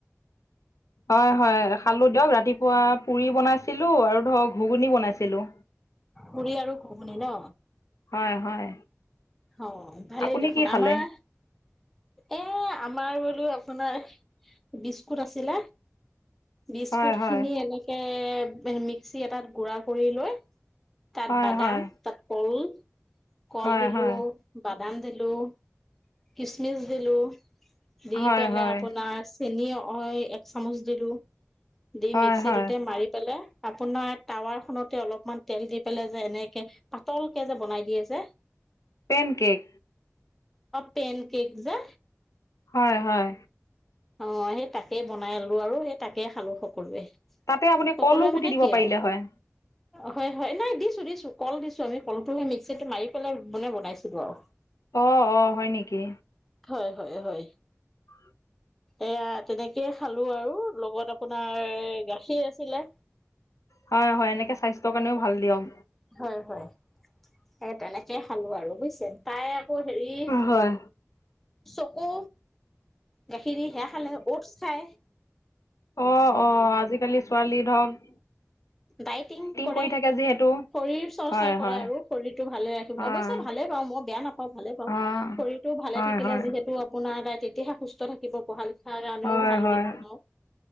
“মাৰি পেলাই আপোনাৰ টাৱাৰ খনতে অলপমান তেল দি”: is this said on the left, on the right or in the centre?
Centre